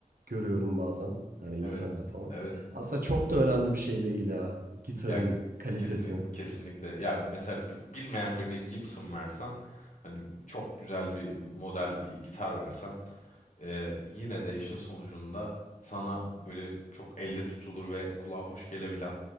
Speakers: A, on the right (about 80°); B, on the left (about 60°).
A: görüyorum bazen. Yani internette
B: Evet,
A: falan.
B: evet.
A: Aslında çok da önemli bir şey değil ya gitarın
B: Ya
A: kalitesi.
B: kesinlik kesinlikle. Ya mesela bi- bilmeyen birine Gibson versen hani çok güzel bir model bir gitar versen e, yine de işin sonucunda sana böyle çok elle tutulur ve kulağa hoş gelebilen